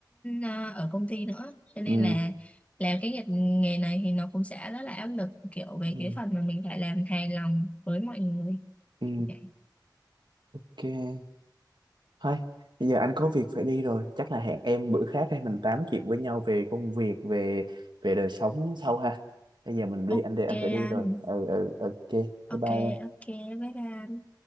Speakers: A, on the left (about 15°); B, on the right (about 80°).
A: uh, ở công ty nữa cho nên
B: ừ
A: là làm cái nghề nghề này thì nó cũng sẽ rất là áp lực kiểu về
B: ừ
A: cái phần mà mình phải làm hài lòng với mọi người
B: ừ
A: kiểu vậy.
B: ok thôi bây giờ anh có việc phải đi rồi chắc là hẹn em bữa khác hay mình tám chuyện với nhau về công việc về về đời sống sau ha bây giờ mình đi
A: Ok
B: anh đi anh phải đi
A: anh
B: rồi ừ ừ ok bye
A: ok
B: bye em
A: ok bye bye